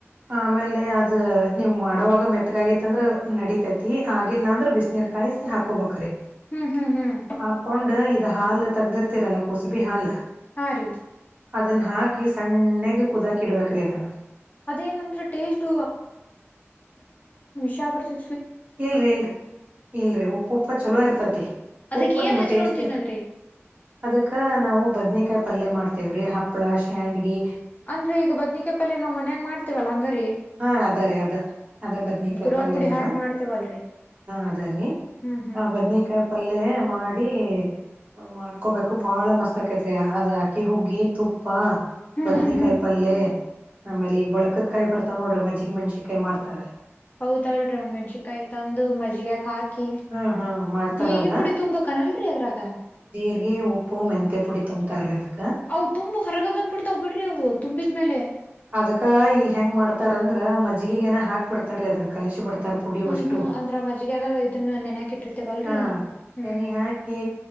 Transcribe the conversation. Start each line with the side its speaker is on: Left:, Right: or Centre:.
Right: ಆಮೇಲೆ ಅದ ನೀವ್ ಮಾಡೋವಾಗ ಮೆತ್ತಗಾಗಿತ್ತಂದ್ರ ನಡಿತತಿ ಆಗಿಲ್ಲ ಅಂದ್ರ ಬಿಸ ನೀರ್ ಕಾಯಿಸಿ ಹಾಕೋಬೇಕ್ರೆ
Left: ಹ್ಮ್ ಹ್ಮ್ ಹ್ಮ್
Right: ಹಾಕೊಂಡ ಹಾಲ್ ತಗ್ದಿರ್ತಿರಲ್ಲ ಕೋಸುಬಿ ಹಾಲ್
Left: ಹಾ ರೀ
Right: ಅದನ್ನ ಹಾಕ ಹಾಕಿ ಸಣ್ಣಗ್ ಕುದಾಕಿ ಇಡ್ಬೇಕ್ರಿ ಅದನ್ನ
Left: ಅದೇನಂದ್ರ ಟೇಸ್ಟ್ ಶಬರ್ ತ
Right: ಇಲ್ರಿ ಇಲ್ರಿ ಇಲ್ರಿ ಉಪ್ಪುಪ್ಪ ಚಲೋ ಇರ್ತೈತಿ
Left: ಅದಕ್
Right: ಉಪ್ಪು
Left: ಏನ್
Right: ನಿಮ್ಮ
Left: ಹಚ್ಕೊಂಡ್
Right: ಟೇಸ್ಟ್
Left: ತಿನ್ನದ್ರಿ
Right: ಅದಕ್ಕ ನಾವು ಬದನ ಕಾಯಿ ಪಲ್ಯ ಮಾಡ್ತೇವ್ರೀ ಹಪ್ಳ ಶ್ಯಾಂಡಗಿ
Left: ಅಂದ್ರೆ ಈಗ ಬದನಿಕಾಯಿಪಲ್ಯಾ ನಾವ್ ಮನ್ಯಾಗ ಮಾಡ್ತೀವಲ್ಲಾ ಅಂಗಾರ
Right: ಹಾ ಅದ ರೀ ಅದ ಅದ ಬದ್ನಿಕಾಯ
Left: ಗುರೋಳ್
Right: ಪಲ್ಯನ
Left: ಪುಡಿ ಹಾಕಿ
Right: ಹಾ
Left: ಮಾಡ್ತೇವಲ್ರರಿ
Right: ಅದ ರೀ
Left: ಹ್ಮ್ ಹ್ಮ್
Right: ಆ ಬದನೇಕಾಯಿ
Left: ಹ್ಮ್
Right: ಪಲ್ಯ ಮಾಡಿ ಅವ ಮಾಡ್ಕೋಬೇಕು ಬಹಳ ಮಸ್ತ್ ಆಕೈತ್ರಿ ಅದ್ ಅಕ್ಕಿ ಹುಗ್ಗಿ ತುಪ್ಪ ಪ್ಪಾ ಬದನಿ
Left: ಹ್ಮ್ ಹ್ಮ್ ಹ್ಮ್
Right: ಕಾಯಪಲ್ಲೆ ಆಮೇಲೆ ಬಳಕದಕಾಯಿ ಬರ್ತವ್ ನೋಡ್ರಿ ಮಜ್ಜಿಗೆ ಮೆಣಸಿನಕಾಯಿ ಮಾಡತಾರಲ್ಲ
Left: ಹೌದಹೇಳರಿ ಅವು ಮೆಣಸಿನಕಾಯಿ ತಂದು ಮಜ್ಜಿಗ್ಯಾಕ ಹಾಕಿ
Right: ಹಾ ಹಾ ಮಾಡ್ತಾರಲ್ಲ
Left: ಹೀಗೆ ಪುಡಿ ತುಂಬಕಾನಲ್ರಿ ಅದ್ರಾಗ
Right: ಜೀರಿಗಿ ಉಪ್ಪು ಮೆಂತೆ ಪುಡಿ ತುಂಬತಾರ ರೀ ಅದಕ್ಕೆ
Left: ಅ ತುಂಬ ಹೊರಗ ಬಂದ್ಬಿಡ್ತಾವ್ ಬಿಡ್ರಿ ಅವು ತುಂಬಿದ್ಮೇಲೆ
Right: ಅದಕ್ಕ ಈ ಹೆಂಗ ಮಾಡ್ತಾರಂದ್ರ ಮಜ್ಜಗಿ ಏನ ಹಾಕ ಬಿಡ್ತಾರೀ ಅದನ್ ಕಲಿಸಿ ಬಿಡ್ತ ಪುಡಿ
Left: ಹ್ಮ್
Right: ಅಷ್ಟು
Left: ಹ್ಮ್ ಅಂದ್ರ ಮಜ್ಜಿಗ್ಯಾಗ ಇದನ್ನ ನೆನ್ಯಾಕ್ ಇಟ್ಟಿರ್ತೇವಲ್ರಿ
Right: ಹಾ
Left: ಅವ್ನ್ ಹ್ಮ್
Right: ನೆನ ಹಾಕಿ